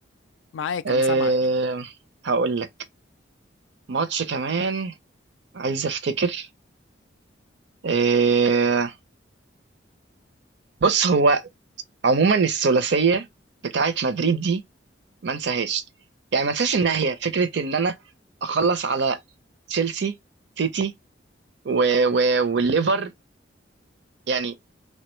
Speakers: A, on the left; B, on the right.
A: معاك
B: أه
A: انا سامعك
B: هقول لك ماتش كمان عايز افتكر أه بص هو عموما الثلاثيه بتاعت مدريد دي ما انساهاش يعني ما انساش انها هي فكره ان انا اخلص على تشيلسي سيتي و... و... والليفر يعني